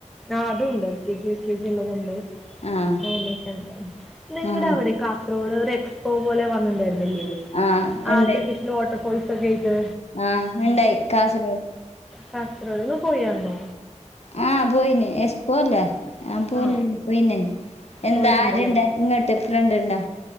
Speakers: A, in the centre; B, on the left (about 60°).
A: ആഹ് അതൂണ്ട്, യൂ കെ ജി ഉള്ളത്ണ്ട്
B: ആഹ്
A: അങ്ങനെക്കണ്ട് നിങ്ങടെ
B: ആഹ്
A: അവിടെ കാഫ റോഡ് ഒര് എക്സ്പോ പോലെ വന്നിണ്ടായിര്ന്നില്ലെ
B: ആഹ് ഇണ്ടായി
A: ആർട്ട് ഫിഷൽ വാട്ടർ ഫോൾസൊക്ക ആയിട്ട്,
B: ആഹ് ഇണ്ടായി കാസർഗോഡ്,
A: കാസ്രറ്ഗോഡ്ക് പോയി വന്നോ,
B: ആഹ് പോയീനി എസ് പോല്ലേ ആഹ് പോല്
A: ആ
B: പോയീനി എന്താ
A: പോയിട്ടുണ്ടല്ലേ
B: ആരുണ്ട് ഇങ്ങോട്ട് ഡിഫറൻറ്ണ്ടോ